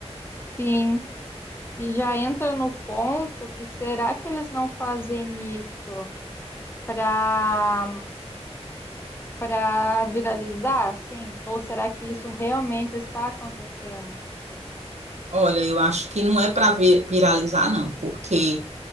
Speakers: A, on the left; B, on the right.
A: Sim. E já entra no ponto que será que eles não fazem isso para para viralizar, assim? Ou será que isso realmente está acontecendo?
B: Olha, eu acho que não é para viralizar, não, porque